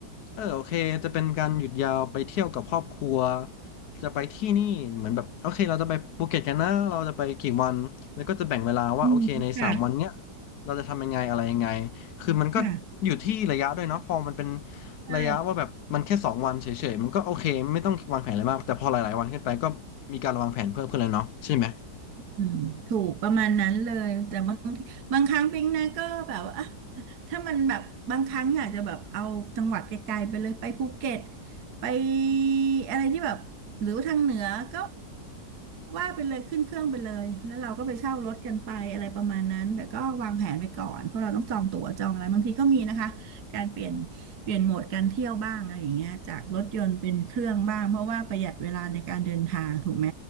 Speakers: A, on the left; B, on the right.
A: เออโอเคจะเป็นการหยุดยาวไปเที่ยวกับครอบครัวจะไปที่นี่เหมือนแบบโอเคเราจะไปภูเก็ตกันนะเราจะไปกี่วันแล้วก็จะแบ่งเวลาว่าโอเคในสามวันเนี้ย
B: อืมค่ะ
A: เราจะทำยังไงอะไรยังไงคือมันก็อยู่ที่ระยะด้วยเนาะพอมันเป็น
B: ค่ะใช่
A: ระยะว่าแบบมันแค่สองวันเฉยๆมันก็โอเคไม่ต้องวางแผนอะไรมากแต่พอหลายๆวันขึ้นไปก็มีการวางแผนเพิ่มขึ้นเลยเนาะใช่ไหม
B: อืมถูกประมาณนั้นเลยแต่บางทีบางครั้งปิ๊งนะก็แบบว่าอ่ะถ้ามันแบบบางครั้งอยากจะแบบเอาจังหวัดไกลๆไปเลยไปภูเก็ตไปอะไรที่แบบหรือว่าทางเหนือก็ว่าไปเลยขึ้นเครื่องไปเลยแล้วเราก็ไปเช่ารถกันไปอะไรประมาณนั้นแต่ก็วางแผนไปก่อนเพราะเราต้องจองตั๋วจองอะไรบางทีก็มีนะคะการเปลี่ยนเปลี่ยนโหมดการเที่ยวบ้างอะไรอย่างเงี้ยจากรถยนต์เป็นเครื่องบ้างเพราะว่าประหยัดเวลาในการเดินทางถูกไหม